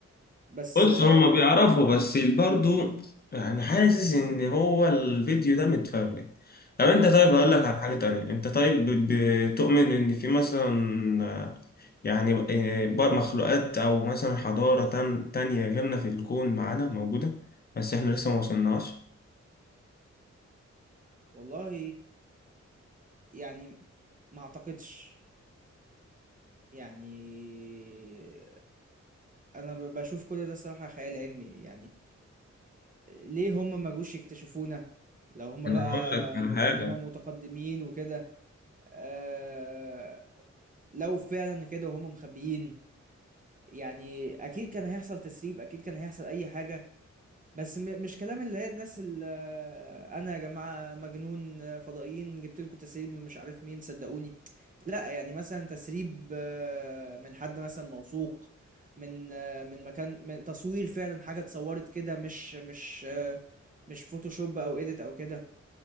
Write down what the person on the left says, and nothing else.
بص
هما بيعرفوا
بس برضو يعني حاسس ان هو الفيديو ده متفبرك طب انت طيب هقول
لك على حاجة تانية انت طيب بتؤمن ان في مثلا آه، يعني ب- آه، بر- مخلوقات او مثلا حضارة تان- تانية غيرنا في الكون معانا موجودة بس احنا لسه ما وصلناش
انا
هقول لك على
حاجة